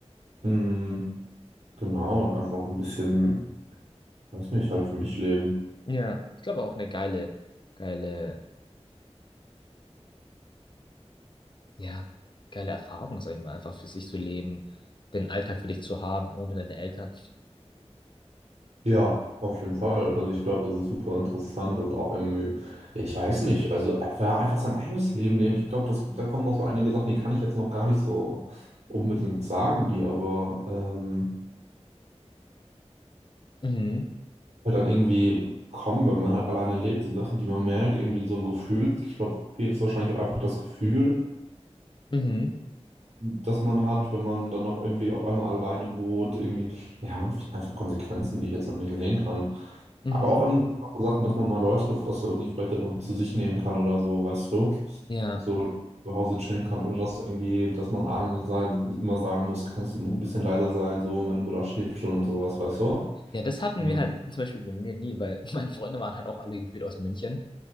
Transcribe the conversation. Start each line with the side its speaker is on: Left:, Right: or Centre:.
Right: Mm, genau, und einfach ein bisschen, weiß nicht, halt für mich leben.
Left: Ja. Ich glaube auch eine geile, geile. Ja, geile Erfahrung, sag ich mal, einfach für sich zu leben, den Alltag für dich zu haben, ohne deine Eltern.
Right: Ja, auf jeden Fall. Also ich glaube, das ist super interessant und auch irgendwie, ich weiß nicht, also einfach, ja, einfach sein eigenes Leben leben. Ich glaube, das, da kommen noch so einige Sachen, die kann ich jetzt noch gar nicht so unbedingt sagen, die aber ähm,
Left: Mhm,
Right: halt dann irgendwie kommen, wenn man halt alleine lebt, so Sachen, die man merkt, irgendwie so ein Gefühl. Ich glaube, viel ist wahrscheinlich auch einfach das Gefühl
Left: mhm,
Right: das man hat, wenn man dann auch irgendwie auf einmal alleine wohnt, irgendwie, ja, und einfach Konsequenzen, die ich jetzt noch nicht sehen kann.
Left: mhm.
Right: Aber auch in so Sachen, dass man mal Leute aus der Uni vielleicht immer mit zu sich nehmen kann oder so, weißt du?
Left: Ja,
Right: So zu Hause chillen kann, ohne dass irgendwie, dass man allen sein, immer sagen muss, kannst du ein bisschen leiser sein, so, meine Mutter schläft schon und sowas, weißt du?
Left: ja, das hatten
Right: Hm.
Left: wir halt zum Beispiel bei mir nie, weil <laughs> meine Freunde waren halt auch alle gefühlt aus München.